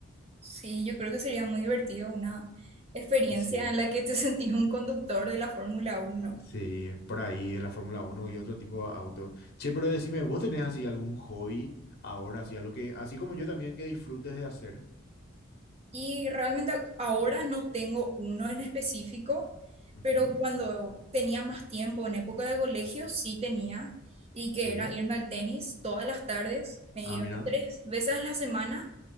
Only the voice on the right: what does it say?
Sí, yo creo que sería muy divertido una experiencia
en la que te <laughs> sentís un conductor de la Fórmula Uno.
Y realmente a- ahora no tengo uno en específico,
pero cuando tenía más tiempo, en época de colegio, sí tenía, y que
era irme al tenis todas las tardes, me
iba
tres veces a la semana